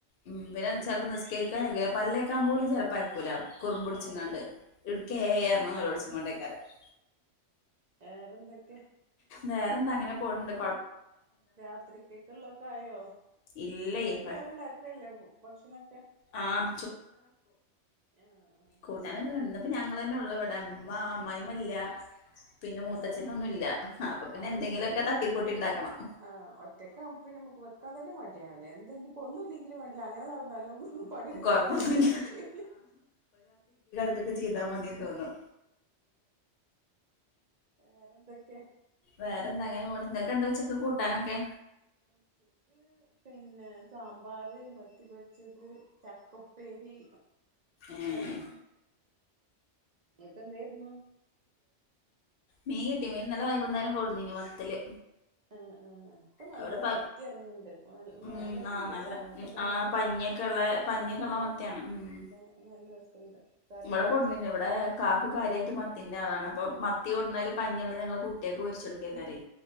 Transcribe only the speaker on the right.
ആഹ്
അതന്നെ
വേറെന്തൊക്കെ
രാത്രിക്കൊക്കെ ഉള്ള തെക്കെ ആയോ
വൈകുന്നേരം വേറെണ്ടാക്കലല്ലോ ഭക്ഷണ ഒക്കെ
ആഹ് ആഹ്
ആഹ് ആഹ്
ആരുല്ല്യല്ലേ
ആഹ് ഒറ്റക്കാവുമ്പോ പിന്നെ നമുക്ക് വെക്കാൻ തന്നെ മടിയണല്ല എന്താ ഇഞ് ഒന്നുംഇല്ലെങ്കിലും വേണ്ടില്ല അങ്ങനെ നടന്നാലും പണിയെടുക്കേണ്ട
മടിക്ക് ഒന്നുംചെയ്യുല്ല
വേറെ എന്തൊക്കെ
ഉച്ചക്ക് പിന്നെ സാമ്പാർ മത്തി പൊരിച്ചത് ചക്ക ഉപേരി
പി ഉ ഇങ്ങക്ക് എന്ത് ആയിരുന്നു
ആ ആ ആ ഇപ്പ നല്ല
മത്തി ഇറങ്ങണ്ട്
രസംണ്ട്
ഇട്ടോ നരത്തെ
മത്തി
പഞ്ഞി
ത്തൾനല്ല
നല്ല രസണ്ട് കറിയൊക്കെ
വെച്ചാലൊക്കെ